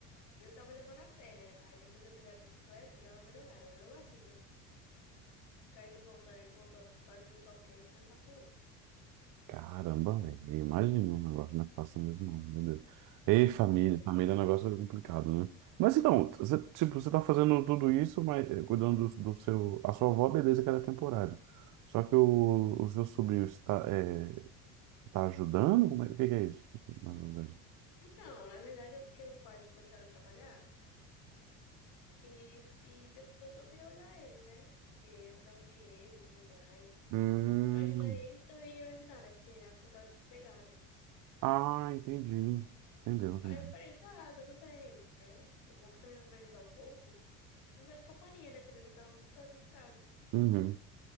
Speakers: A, on the left; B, on the right.
A: E eu tava levando a pé, né? Aí depois eu pegar a bicicleta, dá uma melhorada. Mas mesmo assim, né? Cair voltando altar e debaixo do sol quente não é fácil, não.
B: Caramba, velho. Eu imagino, um negócio não é fácil mesmo, não, meu Deus. Ei, família,
A: É.
B: família é um negócio complicado, né? Mas então, você, tipo, você tá fazendo tudo isso, mas eh, cuidando do, do seu. A sua avó, beleza, que ela é temporária. Só que o, o seu sobrinho está, é, te tá ajudando? Como é, o que que é isso, na verdade?
A: Então, na verdade é porque os pais começaram a trabalhar e, e perguntou se eu queria olhar ele, né? Porque ia me dar um dinheiro e tudo mais.
B: Hum,
A: Pra ajudar eles também iria me ajudar, né? Porque na época eu tava desempregada.
B: ah, entendi. Entendeu, entendi.
A: Aí eu falei, tá, tudo bem, né? É bom que também vai me ajudar um pouco. Não faz companhia, né? Também que eu tava muito sozinha em casa.
B: Uhum.